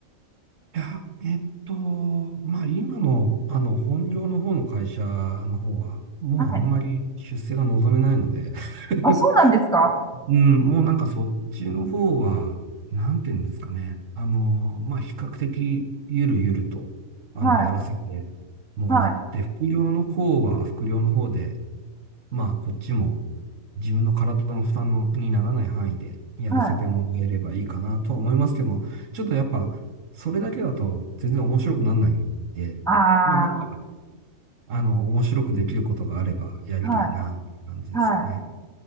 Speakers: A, on the right; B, in the centre.
A: いや、えっと、まあ今の、あの、本業の方の会社の方は、もうあんまり出世が望めないので
B: はい。あ、
A: <laughs>
B: そうなんですか？
A: うん、もうなんかそっちの方は、なんていうんですかね。あの、まあ、比較的ゆるゆると、あの、
B: はい
A: やらせてもらって、
B: はい
A: 副業の方は副業の方で、まあ、こっちも自分の体の負担のにならない範囲でやらせてもらえればいいかなとは思いますけど、
B: はい。
A: ちょっとやっぱ、それだけだと全然面白くならないんで、
B: ああ
A: まあ、何か、あの、面白くできることがあればやりたいな、
B: はい
A: っていう感じですかね。
B: はい